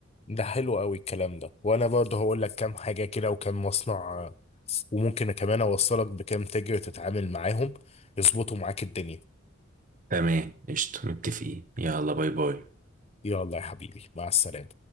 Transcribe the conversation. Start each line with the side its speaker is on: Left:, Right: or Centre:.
Left: ده حلو قوي الكلام ده وانا برضه هقول لك كام حاجه كده وكام مصنع آه، وممكن كمان اوصلك بكام تاجر تتعامل معاهم يظبطوا معاك الدنيا
Right: تمام قشطة متفقين يلا باي باي
Left: يلا يا حبيبي مع السلامه